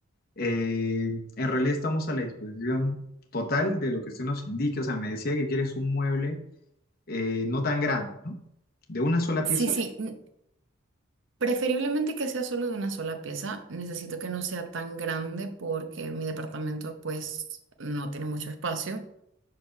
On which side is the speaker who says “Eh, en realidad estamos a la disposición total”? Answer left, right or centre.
Left